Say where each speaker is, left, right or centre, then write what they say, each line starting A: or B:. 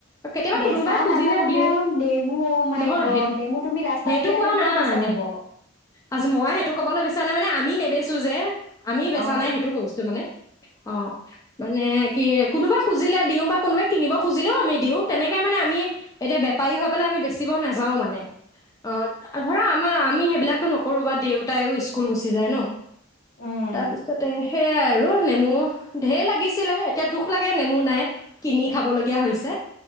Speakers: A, on the left; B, on the left.
A: কেতিয়াবা
B: বেচা
A: কোনোবাই খুজিলে
B: নাযাবনে
A: দিওঁ
B: আৰু নেমু অ' মাই
A: নহয়
B: গড
A: সেই
B: নেমু তুমি ৰাস্তাত
A: সেইটো
B: উলিয়াই
A: কোৱা
B: থৈ দিলেও
A: নাই
B: বেচা যাব।
A: আ মই সেইটো কবলৈ বিচৰা নাই মানে আমি নেবেচো যে আমি
B: অ',
A: বেচ ন সেইটো কৰিছো মানে অ মানে কি কোনোবা খুজিলে দিওঁ বা কোনোবাই কিনিব খুজিলেও আমি দিওঁ তেনেকে মানে আমি এতিয়া বেপাৰী হওক ইফালে আমি বেছিকৈ নাযাও মানে। অ ধৰা আমাৰ আমি সেইবিলাক নকৰো বা দেউতায়ো স্কুল গুচি যায় ন
B: উম,
A: তাৰপিছত তে সেয়াই আৰু নেমু ঢেৰ লাগিছিলে এতিয়া দুখ লাগে নেমু নাই কিনি খাবলগীয়া হৈছে।